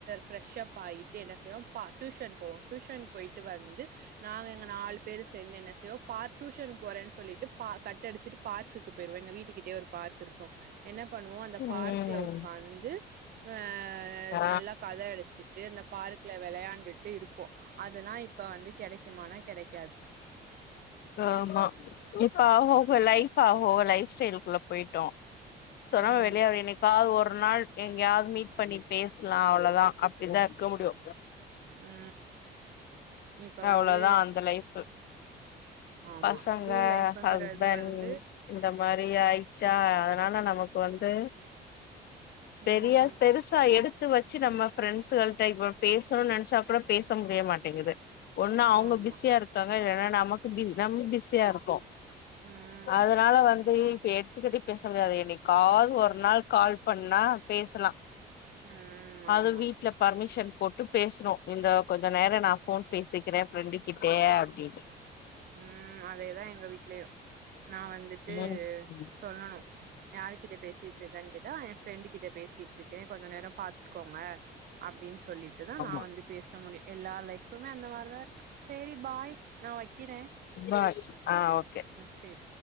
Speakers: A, on the right (about 60°); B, on the left (about 70°).
A: ஃப்ரெஷ் அப் ஆயிட்டு என்ன செய்வோ டியூஷன் போவோ டியூஷன் பொயிட்டு வந்து நாங்க எங்க நாலு பேரு சேந்து என்ன செய்வோ பார் டியூசன் போறேன்னு சொல்லிட்டு கட் அடிச்சுட்டு பார்க் குக்கு பெய்ருவோ எங்க வீட்டுக்கிட்டேயே ஒரு பார்க் இருக்கு என்ன பண்ணுவோ அந்த
B: ம்
A: பார்க்ல உக்காந்து ஆ
B: ஆ
A: நல்லா கத அடிச்சி சிட்டு இந்த பார்க்ல வெளையாண்டுட்டு இருப்போ அதெல்லா இப்ப வந்து கெடைக்குமானா கெடைக்காது <unintelligible> <inaudible>
B: ஆமா இப்ப அவுங்கவுங்க லைஃப் அவுங்கவுங்க லைஃப் ஸ்டைலுக்குள்ள போயிட்டோ சொன்னா
A: ஆமா
B: வெளியாற எனக்கு க்காவது ஒரு நாள் எங்கயாவது மீட் பண்ணி பேசலா அவ்வளதா அப்படிதா இருக்க முடியு
A: ஆ இப்ப வந்து
B: அவ்ளோதா அந்த லைஃபு
A: ஆமா
B: பசங்க
A: ஸ்கூல் லைஃப்ங்கிறது
B: ஹஸ்பண்ட்
A: வந்து
B: இந்த மாரி ஆயிச்சா அதனால நமக் கு வந்து பெரியா
A: ம்
B: பெருசா எடுத் த்து வச்சு நம்ம ஃப்ரெண்ட்ஸுகள்ட்ட இப்ப பேசணுனு நினைச்சா கூட பேச முடிய மாட்டேங்குது ஒன்னு அவங்க
A: ஆமா
B: பிஸியா இருக்காங்க இல்லன்னா நமக்கு பிஸ் நம்ம பிஸியா இருக்கோ
A: ம்
B: அதுனால வந்து இப்ப எடுத் அத்துக்கட்டி பேச முடியாது என்னைக்காவது ஒரு நாள் கால் பண்ணா பேசலா
A: ம் ஆமா
B: அது வீட்ல பர்மிஷன் போட்டு பேசனோ இந்த கொஞ்ச நேர நா ஃபோன் பேசிக்கிறே ஃப்ரெண்டு கிட்டே அப்டின்னு
A: ம் அதேதா எங்க வீட்லயும் நான் வந்துட்டு
B: ம் ம்
A: சொல்லணு யாரு கிட்ட பேசிட்டு இருக்கன்னு கேட்டா என் ஃப்ரெண்டு கிட்ட பேசிட்டு இருக்கே கொஞ்ச நேரோ பாத்துக்கோங்க அப்டின்னு சொல்லிட்டுதா
B: ஆமா
A: நா வந்து பேச முடியு எல்லா லைஃபுமே அந்த மாரிதா இருக்கு செரி பாய் நா வைக்கிறே
B: பாய் ஆ ஓகே
A: செர்